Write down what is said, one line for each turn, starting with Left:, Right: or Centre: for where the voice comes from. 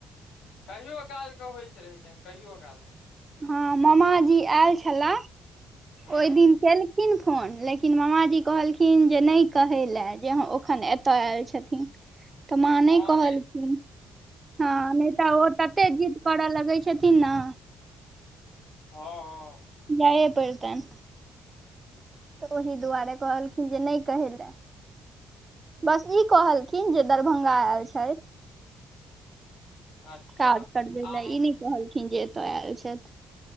Left: कहियो कालके होइत रहै छनि कहियो कालके
Right: हँ मामाजी आयल छलै
Left: हूँ
Right: ओहि दिन के खिन फोन लेकिन मामाजी कहलखिन जे नहि कहै लए जे हँ ओखन एतय आयल छथिन ह <inaudible> तऽ माँ
Left: हँ
Right: नै कहलखिन
Left: नहि
Right: हँ नहि तऽ ओ तते जिद करऽ लगैत छथि छथिन ना
Left: हँ हँ
Right: जाए पड़तन तऽ ओहि दुआरे कहलखिन जे नहि कहै लै बस ई कहलखिन जे दरभंगा आयल छथि
Left: अच्छा
Right: काज करबे
Left: आ
Right: लय
Left: म-
Right: ई नहि कहलखिन जे एत ऐल छैथ